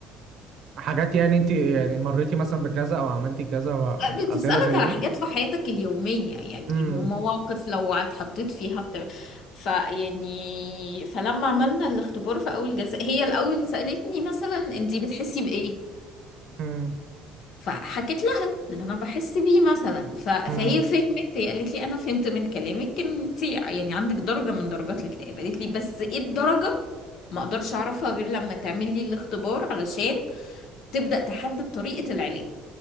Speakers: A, on the right (about 50°); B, on the left (about 50°).
A: حاجات يعني انت يعني مريتي مثلا بكذا او عملتي كذا واسئله
B: بتسألك
A: زي
B: على
A: دي
B: حاجات في حياتك اليومية يعني
A: امم
B: مو مواقف لو اتحطيت فيها بتبقى فيعني فلما عملنا الاختبار في أول جلسة هي الأول سألتني مثلا انتي بتحسي بإيه
A: امم
B: فحكيت لها اللي أنا بحس بيه مثلا ف... فهي
A: امم
B: فهمت هي قالت لي أنا فهمت من كلامك إن انتي يعني عندك درجة من درجات الاكتئاب قالت لي بس إيه الدرجة ما أقدرش أعرفها غير لما تعملي الاختبار علشان تبدأ تحدد طريقة العلاج